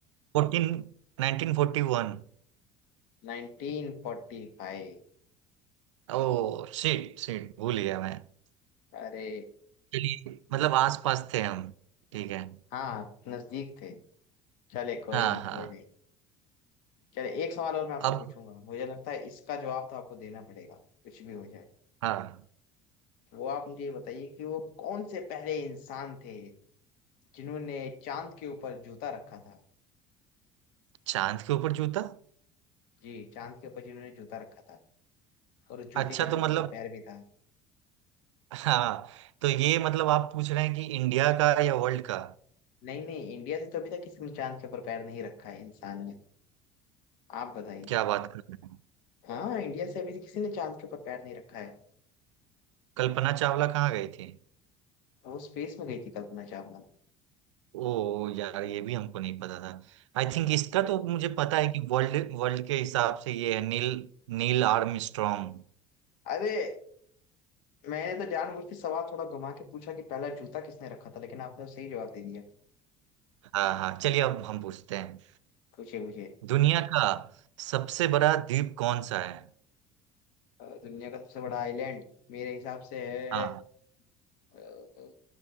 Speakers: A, on the right; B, on the left.
A: 14 1941
B: 1945
A: ओ शिट शिट भूल गया मैं
B: अरे
A: चलिए मतलब आस पास थे हम ठीक है
B: हाँ नजदीक थे चले कोई
A: हाँ
B: नहीं
A: हाँ
B: कोई नहीं चले एक सवाल और मैं आपसे
A: अब
B: पूछूंगा मुझे लगता है इसका जवाब तो आपको देना पड़ेगा कुछ भी हो जाए
A: हाँ
B: वो आप मुझे ये बताइए कि वो कौन से पहले इंसान थे जिन्होंने चांद के ऊपर जूता रखा था
A: चांद के ऊपर जूता
B: जी चांद के ऊपर जिन्होंने जूता रखा था और उस जूते
A: अच्छा
B: के अंदर
A: तो मतलब
B: उनका पैर भी था
A: <laughs> हाँ तो ये मतलब आप पूछ रहे हैं कि इंडिया का या वर्ल्ड का
B: नहीं नहीं इंडिया से तो अभी तक किसी ने चांद के ऊपर पैर नहीं रखा है इंसान ने आप बताइए
A: क्या बात कर रहे हैं
B: हाँ इंडिया से अभी किसी ने चांद के ऊपर पैर नहीं रखा है
A: कल्पना चावला कहाँ गई थी
B: वो स्पेस में गई थी कल्पना चावला
A: ओ यार ये भी हमको नहीं पता था आई थिंक इसका
B: अरे
A: तो मुझे पता है कि वर्ल्ड वर्ल्ड के हिसाब से ये है नील Neil Armstrong
B: अरे मैंने तो जानबूझ के सवाल थोड़ा घुमा के पूछा कि पहला जूता किसने रखा था लेकिन आपने तो सही जवाब दे दिया
A: हाँ हाँ चलिए अब हम पूछते हैं
B: पूछे मुझे
A: दुनिया का सबसे बड़ा द्वीप कौन सा है
B: अ, दुनिया का सबसे बड़ा आइलैंड मेरे हिसाब से है
A: हाँ
B: अ,